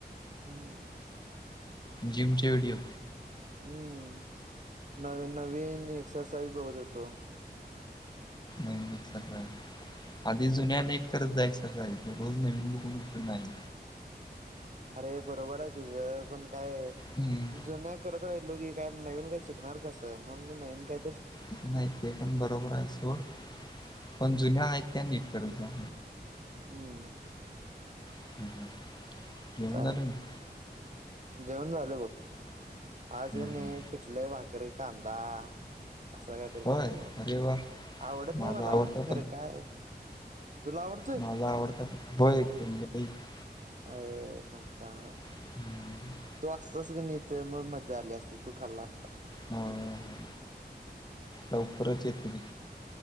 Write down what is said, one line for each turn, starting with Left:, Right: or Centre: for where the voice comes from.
Right: हम्म.
Left: जिमचे व्हिडिओ?
Right: हम्म, नवीन नवीन एक्सरसाइज बघत होतो.
Left: नवीन एक्सरसाइज आधी जुन्या नीट करत जाय एक्सरसाइज रोज नवीन बघून उपयोग नाय.
Right: अरे बरोबर आय तुझं पण काय
Left: हम्म
Right: जुन्या करत जायलो की काय नवीन काय शिकणार कस म्हणून मी नवीन काय
Left: तस नाय ते पण बरोबर हाय सोड पण
Right: हम्म
Left: जुन्या हायत त्या नीट करत जा.
Right: हम्म.
Left: <inaudible>
Right: चाय,
Left: झालं ना
Right: जेवण झाल बघ आज
Left: हम्म.
Right: क नई पीठल, भाकरी, कांंदा असं कायतरी
Left: होय
Right: केलंती मम्मी
Left: अरे
Right: न,
Left: वा
Right: आवडत नाय
Left: माझा
Right: मला
Left: आवडता
Right: खरं काय तुला आवडतोय
Left: माझ्या आवडत हो <unintelligible>
Right: आय मर्दा.
Left: <inaudible>
Right: तू असतास कणी इथ तर म मज्जा आली असती तू खाल्ला असतास.
Left: हम्म, लवकरच येतो की.